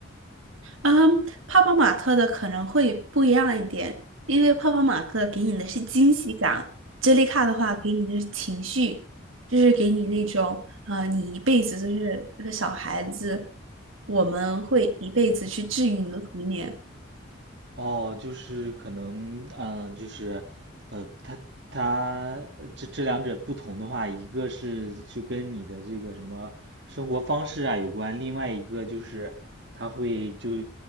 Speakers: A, on the right; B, on the right.
A: 嗯，泡泡玛特的可能会不一样一点，因为泡泡玛特给你的是惊喜感，接力卡的话给你的是情绪，就是给你那种，呃，你一辈子就是这个小孩子，我们会一辈子去治愈你的童年。
B: 哦，就是可能，嗯、就是，呃，它它呃这这两者不同的话，一个是就跟你的这个什么生活方式啊有关，另外一个就是它会就